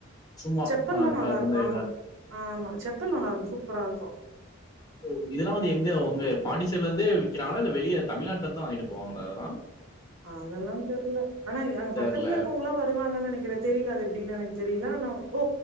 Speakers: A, on the left; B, on the right.
A: சும்மா
B: செப்பெல்லா
A: ஆ க
B: நல்லா இருக்கு
A: கொஞ்ச
B: ஆமா
A: இதா
B: ஆமா செப்பல் நல்லா இருக்கு சூப்பரா இருக்கு
A: ஓ இதல்ல வந்து எங்க உங்க பாண்டிசேரில இருந்தே விக்கிறாங்களா இல்ல வெளிய தமிழ்நாட்டுல இருந்தான் வாங்கிட்டு போவாங்களா இதெல்லாம்
B: அதெல்லாம் தெரியல ஆனா அங்க
A: தெர்ல
B: பக்கத்துல இருக்கவங்களாம் வருவாங்கன்னு நினைக் கிற தெரியல அது எப்படின்னு எனக்கு தெரியல ஆனா ஓ